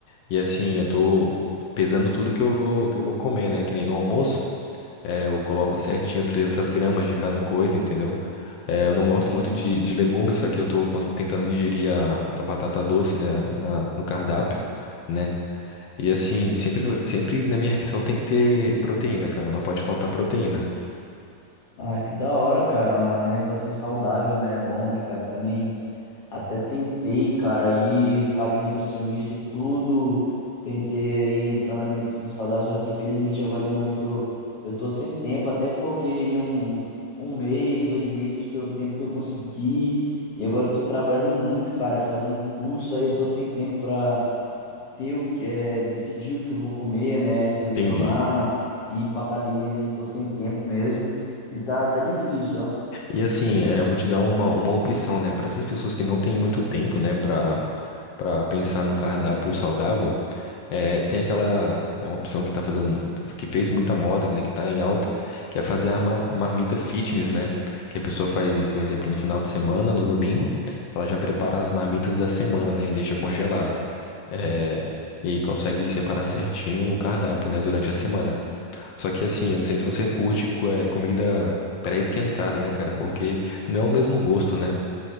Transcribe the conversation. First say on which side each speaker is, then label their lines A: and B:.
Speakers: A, on the left; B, on the left.
A: e assim, eu tô pesando tudo que eu vou que eu vou comer, né? Que nem no almoço. É, eu coloco certinho 300 gramas de cada coisa, entendeu? É, eu não gosto
B: Ah,
A: muito de, de legumes, só que eu tô cons- tentando ingerir a, a batata doce, né, na, no cardápio, né? E assim, sempre, sempre na minha refeição tem que ter proteína, cara, não pode faltar proteína.
B: ah, que da hora, cara. Uma alimentação saudável, né? É bom, né, cara? Também. Até tentei, cara, aí paguei nutricionista e tudo, tentei aí entrar na alimentação saudável, só que infelizmente agora no momento eu tô sem tempo, até foquei aí um, um mês, dois meses, que é o tempo que eu consegui, e agora eu tô trabalhando muito, cara, fazendo curso, aí eu tô sem tempo pra ter o que é, decidir o que eu vou comer, né, selecionar,
A: Entendi.
B: ir pra academia mesmo, tô sem tempo mesmo, e tá, tá difícil, ó.
A: E assim, é, eu vou te dar uma, uma opção, né, para essas pessoas que não têm muito tempo, né, para para pensar num cardápio saudável, é, tem aquela é uma opção que tá fazendo que fez muita moda, né, que tá em alta, que é fazer a ma- a marmita fitness, né? Que a pessoa faz, um exemplo, no final de semana, no domingo, ela já prepara as marmitas da semana, né, e deixa congelada. É, e aí consegue separar certinho o cardápio, né, durante a semana. Só que assim, eu não sei se você curte co- é, comida pré-esquentada, né, cara? Porque não é o mesmo gosto, né?